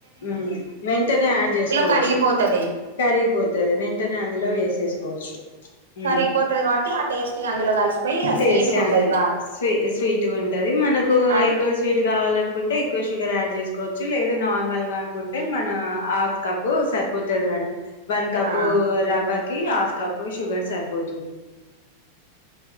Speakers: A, on the left (about 60°); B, on the right (about 65°).
A: మ్మ్ వెంటనే ఆడ్ చేసుకోవచ్చు,
B: కరిగిపోతది
A: కరిగిపోతది వెంటనే అందులో వేసేసు కోవచ్చు మ్మ్
B: కరిగిపోతది కాబట్టి ఆ టేస్ట్ ఇగ అందులో కలిసిపోయి ఆ
A: టేస్ట్
B: స్వీట్గా ఉంటది
A: అందులో
B: బాగా
A: స్వీ స్వీట్గా ఉంటది, మనకు
B: అద్
A: ఎక్కువ స్వీట్ కావాలనుకుంటే ఎక్కువ షుగర్ ఆడ్ చేస్ కోవచ్చు లేదు నార్మల్ అనుకుంటే మన హాఫ్ కప్ సరిపోతది మేడం వన్ కప్పూ
B: ఆ
A: రవ్వ కీ హాఫ్ కప్ షుగర్ సరిపోతుంది